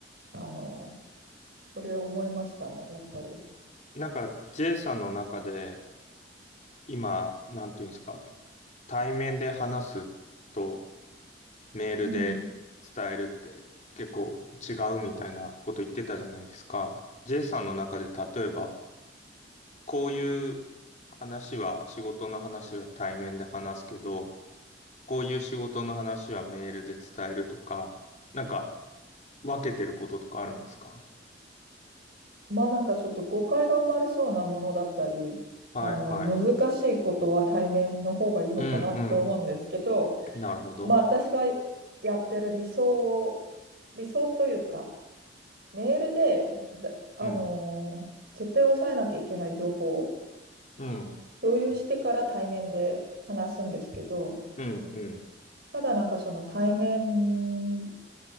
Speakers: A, on the right; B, on the left.
A: あの、それを思いましたね、やっぱり。
B: なんか、J さんの中で今、なんていうんですか、対面で話すと、メールで伝えるって結構違うみたいなこと言ってたじゃないですか。
A: うん
B: J さんの中で例えば、こういう話は、仕事の話は対面で話すけど、こういう仕事の話はメールで伝えるとか、なんか分けてることとかあるんですか
A: まあなんかちょっと誤解が生まれそうなものだったり、
B: はいはい。
A: あの難しいことは対面の方がいいのかなと思うんですけど、
B: うんうん。なるほど。
A: まあ私がやってる理想、理想というか、メールで、だあのー絶対押さえなきゃいけない情報を
B: うん。うん。
A: 共有してから対面で話すんですけど、
B: うんうん。
A: ただなんかその対面